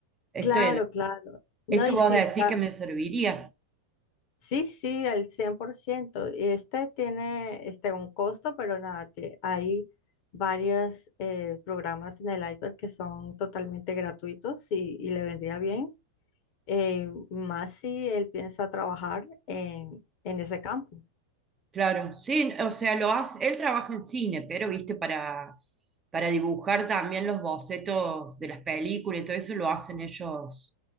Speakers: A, on the right; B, on the left.
A: Esto,
B: Claro, claro. No,
A: esto
B: y
A: vos
B: si
A: decís
B: está
A: que me serviría.
B: Sí, sí, al 100%. Y este tiene este, un costo, pero nada, tie- hay varios eh, programas en el iPad que son totalmente gratuitos y, y le vendría bien, eh, más si él piensa trabajar en, en ese campo.
A: Claro, sí, o sea, lo hace, él trabaja en cine, pero viste, para, para dibujar también los bocetos de las películas y todo eso lo hacen ellos,